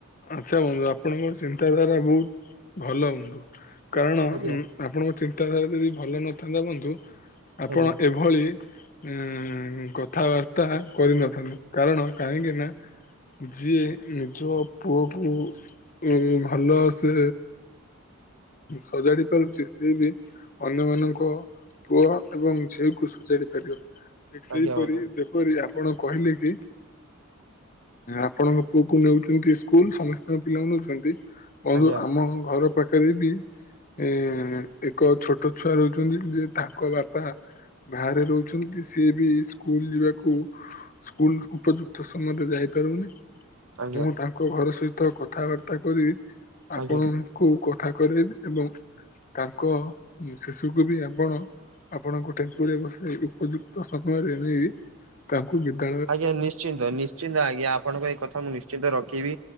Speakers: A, on the left; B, on the right.
A: ଆଚ୍ଛା ବନ୍ଧୁ ଆପଣଙ୍କ ଚିନ୍ତାଧାରା ବହୁତ ଭଲ ବନ୍ଧୁ କାରଣ
B: ଆଜ୍ଞା
A: ଆପଣଙ୍କ ଚିନ୍ତାଧାରା ଯଦି ଭଲ ନଥାନ୍ତା ବନ୍ତୁ ଆପଣ
B: ଆଜ୍ଞା
A: ଏଭଳି ଉ କଥାବାର୍ତ୍ତା କରିନଥାନ୍ତି କାରଣ କାହିଁକି ନା ଯିଏ ନିଜ ପୁଅକୁ ଉ ଭଲ ସେ ସଜାଡି ପାରୁଛି ସିଏ ବି ଅନ୍ୟମାନଙ୍କ ପୁଅ ଏବଂ ଝିଅକୁ ସଜାଡି ପାରିବ ଠିକ ସେହିପରି
B: ଆଜ୍ଞା ବନ୍ଧୁ
A: କିପରି ଆପଣ କହିଲେ କି ଆପଣଙ୍କ ପୁଅକୁ ନେଉଛନ୍ତି ସ୍କୁଲ ସମସ୍ତଙ୍କ ପିଲାମାନେ ନଉଛନ୍ତି ବନ୍ଧୁ
B: ଆଜ୍ଞା
A: ଆମ ଘର ପାଖରେ ବି ଏ ଏକ ଛୋଟ ଛୁଆ ରହୁଛନ୍ତି ଯେ ତାଙ୍କ ବାପା ବାହାରେ ରହୁଛନ୍ତି ସି ବି ସ୍କୁଲ ଯିବାକୁ ସ୍କୁଲ ଉପଯୁକ୍ତ ସମୟରେ ଯାଇପାରୁନି
B: ଆଜ୍ଞା
A: ମୁଁ ତାଙ୍କ ଘର ସହିତ କଥାବାର୍ତ୍ତା କରି ଆପଣ
B: ଆଜ୍ଞା।
A: କୁ କଥା କି ଏବଂ ତାଙ୍କ ଶିଶୁକୁ ବି ଆପଣ ଆପଣଙ୍କ ଟେମ୍ପୁ ବ୍ୟବସାୟ ଉପଯୁକ୍ତ ସମୟରେ ନେଇ ତାଙ୍କୁ ବିଦାୟ
B: ଆଜ୍ଞା ନିଶ୍ଚିନ୍ତ ନିଶ୍ଚିନ୍ତ ଆଜ୍ଞା ଆପଣଙ୍କ ଏଇ କଥା ମୁଁ ନିଶ୍ଚିନ୍ତ ରଖିବି